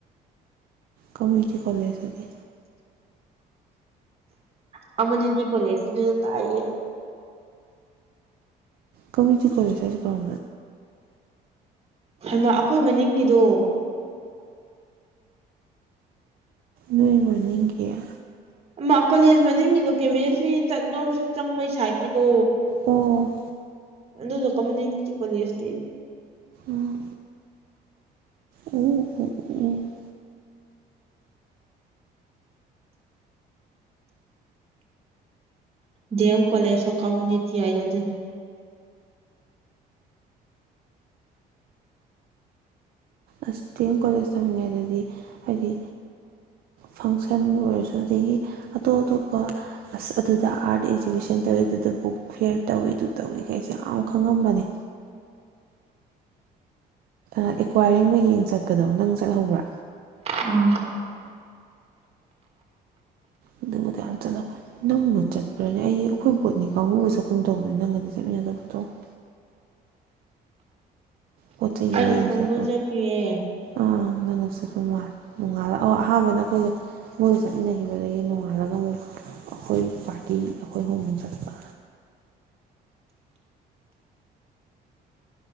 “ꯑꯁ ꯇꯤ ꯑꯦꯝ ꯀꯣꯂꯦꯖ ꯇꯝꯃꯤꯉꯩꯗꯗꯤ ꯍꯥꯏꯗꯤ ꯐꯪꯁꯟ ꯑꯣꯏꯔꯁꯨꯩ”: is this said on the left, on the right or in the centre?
Right